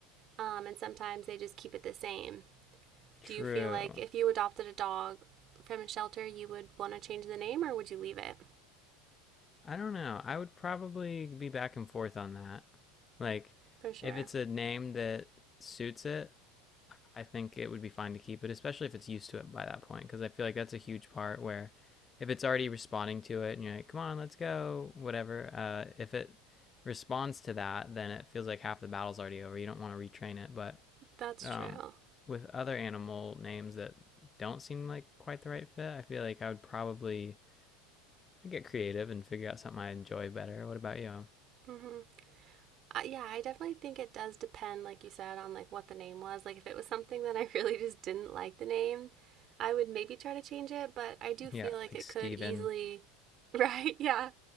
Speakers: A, on the right (about 45°); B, on the left (about 25°).
A: um and sometimes they just keep it the same.
B: True.
A: Do you feel like if you adopted a dog from a shelter, you would want to change the name or would you leave it?
B: I don't know. I would probably be back and forth on that. Like,
A: For sure.
B: if it's a name that suits it, I think it would be fine to keep it, especially if it's used to it by that point, because I feel like that's a huge part where if it's already responding to it and you're like, come on, let's go, whatever, uh, if it responds to that, then it feels like half the battle's already over. You don't want to retrain it. But
A: That's
B: um,
A: true.
B: with other animal names that don't seem like quite the right fit, I feel like I would probably I'd get creative and figure out something I enjoy better. What about you?
A: Mm-hmm. Uh, yeah, I definitely think it does depend, like you said, on like what the name was. Like if it was something that I <laughs> really just didn't like the name, I would maybe try to change it. But I do feel
B: Yeah,
A: like
B: like
A: it
B: Steven.
A: could easily, <laughs> right? Yeah,